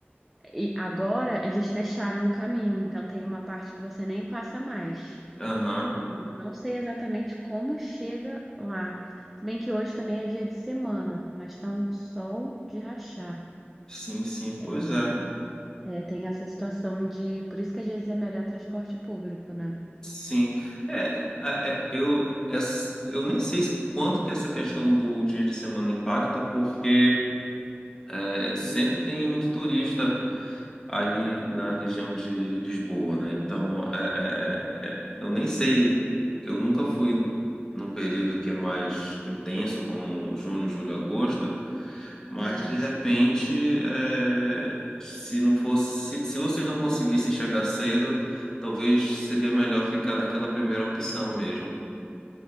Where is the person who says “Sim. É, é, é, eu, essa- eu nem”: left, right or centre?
Left